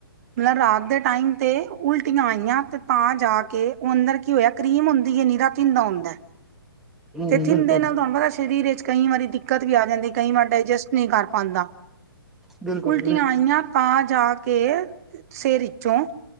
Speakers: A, on the right; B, in the centre.
A: ਮਤਲਬ ਰਾਤ ਦੇ ਟਾਈਮ ਤੇ ਉਲਟੀਆਂ ਆਈਆਂ ਤੇ ਤਾਂ ਜਾ ਕੇ ਉਹ ਅੰਦਰ ਕੀ ਹੋਇਆ ਕਰੀਮ ਹੁੰਦੀ ਨੀ ਈ ਧਿੰਂਦਾ ਹੁੰਦਾ।
B: ਹੂੰ
A: ਤੇ ਥਿੰਨ
B: ਬਿਲਕੁਲ
A: ਦੇ ਨਾਲ ਤੁਹਾਨੂੰ ਪਤਾ ਸਰੀਰ ਵਿੱਚ ਕਈ ਵਾਰੀ ਦਿੱਕਤ ਵੀ ਆ ਜਾਂਦੀ ਕਈ ਵਾਰ ਡਾਇਜੈਸਟ ਨਹੀਂ ਕਰ ਪਾਉਂਦਾ,
B: ਬਿਲਕੁਲ
A: ਉਲਟੀਆਂ ਆਈਆਂ। ਤਾਂ ਜਾ ਕੇ, ਸਿਰ ਵਿੱਚੋਂ